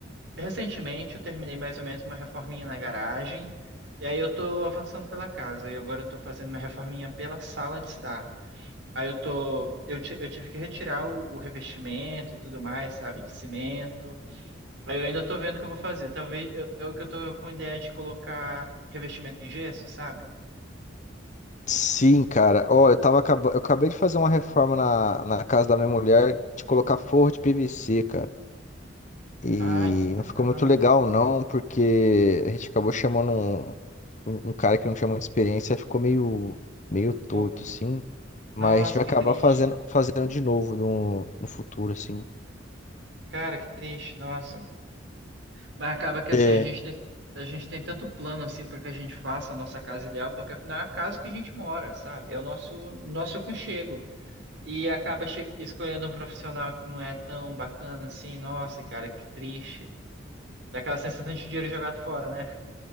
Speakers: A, on the right (about 65°); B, on the left (about 40°).
A: Recentemente eu terminei mais ou menos uma reforminha na garagem, e aí eu tô avançando pela casa, e agora eu tô fazendo uma reforminha pela sala de estar. Aí eu tô, eu, ti- eu tive que retirar o, o revestimento e tudo mais, sabe, de cimento. Aí eu ainda tô vendo o que eu vou fazer. Talvez eu, eu que eu tô com ideia de colocar revestimento em gesso, sabe?
B: Sim, cara. Ó, eu tava acaba... eu acabei de fazer uma reforma na... na casa da minha mulher de colocar forro de PVC, cara. E
A: Ah, isso é bacana.
B: não ficou muito legal, não, porque a gente acabou chamando um, um um cara que não tinha muita experiência, ficou meio, meio
A: Tô,
B: torto, assim.
A: nossa,
B: Mas a gente vai
A: que
B: acabar
A: triste.
B: fazendo, fazendo de novo no, no futuro, assim.
A: Cara, que triste. Nossa. Mas acaba que assim,
B: É.
A: a gente tem, a gente tem tanto plano assim para que a gente faça a nossa casa ideal, porque afinal é a casa que a gente mora, sabe? É o nosso nosso aconchego. E acaba che- escolhendo um profissional que não é tão bacana assim, nossa, cara, que triste. Dá aquela sensação de dinheiro jogado fora, né?